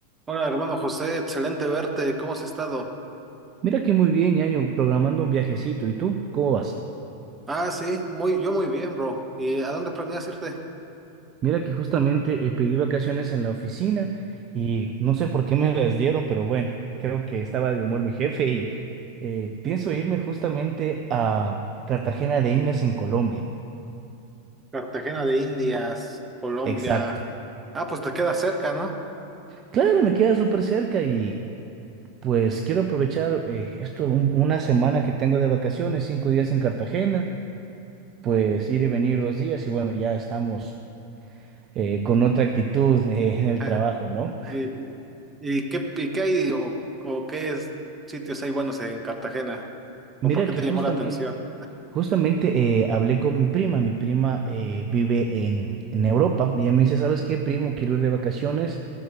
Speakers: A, on the right; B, on the right.
A: Hola, hermano José, excelente verte. ¿Cómo has estado?
B: Mira que muy bien, Ñaño, programando un viajecito. ¿Y tú? ¿Cómo vas?
A: Ah, sí, muy, yo muy bien, bro. ¿Y a dónde planeas irte?
B: Mira que justamente eh, pedí vacaciones en la oficina y no sé por qué me las dieron, pero bueno, creo que estaba de humor mi jefe y eh, pienso irme justamente a Cartagena de Indias en Colombia.
A: Cartagena de Indias, Colombia.
B: Exacto.
A: Ah, pues te queda cerca, ¿no?
B: Claro, me queda súper cerca y pues quiero aprovechar eh, esto, un- una semana que tengo de vacaciones, cinco días en Cartagena, pues ir y venir dos días y bueno, ya estamos eh, con otra actitud eh, en el
A: <laughs>
B: trabajo, ¿no?
A: ¿Y, y qué, y qué hay o, o qué es- sitios hay buenos en Cartagena? ¿O
B: Mira
A: por qué
B: que
A: te
B: justamente,
A: llamó la atención?
B: justamente eh, hablé con mi prima. Mi prima eh, vive en, en Europa. Y ella me dice, ¿sabes qué, primo? Quiero ir de vacaciones,